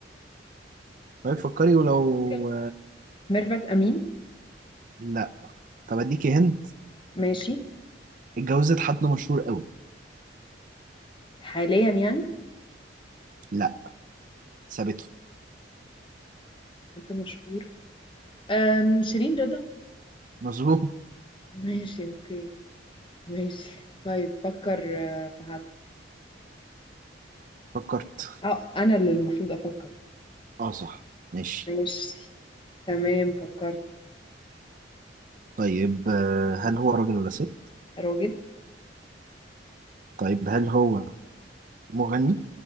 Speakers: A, on the right; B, on the left.
A: ما تفكري ولو
B: ممكن ميرفت أمين
A: لا طب اديكي هنت
B: ماشي
A: اتجوزت حد مشهور قوي
B: حاليا يعني
A: لا سابته
B: حد مشهور أم... شيرين رضا
A: مظبوط
B: ماشي أوكي ماشي طيب فكر آه، في حد
A: فكرت
B: اه أنا اللي المفروض أفكر
A: اه صح ماشي
B: ماشي تمام فكرت
A: طيب آه، هل هو راجل ولا ست
B: راجل
A: طيب هل هو مغني